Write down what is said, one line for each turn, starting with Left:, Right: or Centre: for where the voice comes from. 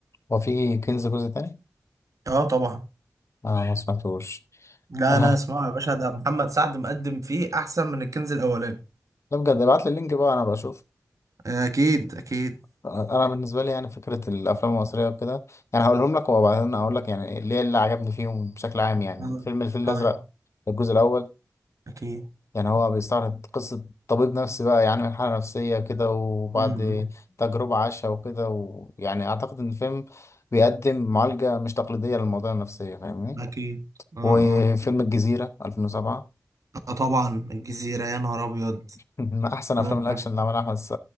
Left: هو في كنز جزء تاني
Right: اه طبعا
Left: اه ما سمعتوش
Right: لا
Left: <laughs>
Right: لا اسمعوا يا باشا ده محمد سعد مقدم فيه أحسن من الكنز الأولاني
Left: لا بجد ابعت لي اللينك بقى انا بشوف
Right: اكيد اكيد
Left: انا بالنسبه لي يعني فكره الافلام المصريه وكده يعني هقولهم لك وبعدين اقول لك يعني ليه اللي عجبني فيهم بشكل عام يعني
Right: آه،
Left: فيلم الفيل الازرق
Right: طيب
Left: الجزء الاول
Right: أكيد
Left: يعني هو بيستعرض قصه طبيب نفسي بقى يعني من حاله نفسيه كده وبعد
Right: امم
Left: تجربه عاشها وكده ويعني اعتقد ان الفيلم بيقدم معالجه مش تقليديه للمواضيع النفسيه فاهمني
Right: أكيد اه
Left: وفيلم
Right: اه
Left: الجزيره 2007
Right: آه، طبعا الجزيرة يا نهار أبيض
Left: <laughs> من احسن
Right: آه
Left: افلام الاكشن
Right: آه،
Left: اللي عملها احمد